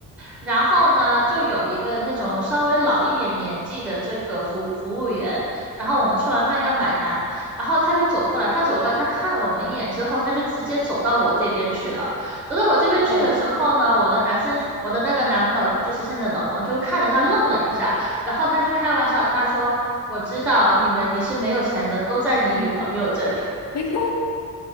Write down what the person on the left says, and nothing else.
哦，
<laughs> 那个，